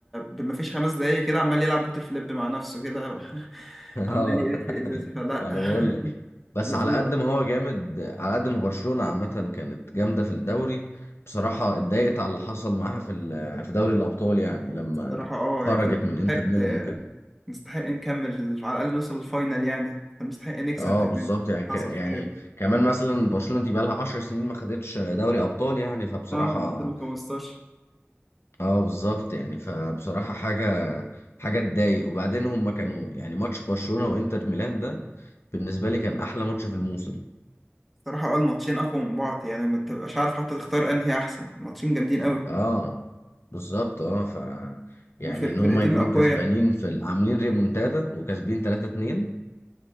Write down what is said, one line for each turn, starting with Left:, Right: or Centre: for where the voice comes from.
Centre: بما فيش خمس دقايق كده عمال يلعب بوت فليب مع نفسه كده <laughs>
Left: <laughs> اه
Centre: عمال يقلب في الازازه فلا
Left: ما انا بقول
Centre: <laughs>
Left: لك بس
Centre: لذيذ
Left: على قد
Centre: أوي.
Left: ما هو جامد على قد ما برشلونة عامة كانت جامدة في الدوري بصراحة اتضايقت على اللي حصل معاها في ال- في دوري الأبطال يعني لما
Centre: بصراحه اه
Left: خرجت
Centre: يعني كنا نستحق
Left: من انتر ميلان
Centre: آه،
Left: وكده
Centre: نستحق نكمل على الاقل نوصل للفاينل يعني كنا نستحق نكسب
Left: اه
Centre: كمان
Left: بالظبط يعني
Centre: حصل
Left: ك- يعني
Centre: خير
Left: كمان مثلا برشلونة دي بقالها 10 سنين ما خدتش دوري أبطال يعني فبصراحة
Centre: اه من 2015
Left: اه بالظبط يعني فبصراحة حاجة حاجة تضايق وبعدين هم كانوا يعني ماتش برشلونة وانتر ميلان ده بالنسبة لي كان أحلى ماتش في الموسم
Centre: بصراحه اه الماتشين اقوى من بعض يعني ما تبقاش عارف حتى تختار انهي احسن الماتشين جامدين قوي
Left: اه بالظبط اه ف يعني
Centre: وفرقتين
Left: ان هم يكونوا
Centre: اقوياء
Left: كسبانين في ال- عاملين ريمونتادا وكسبين 3 2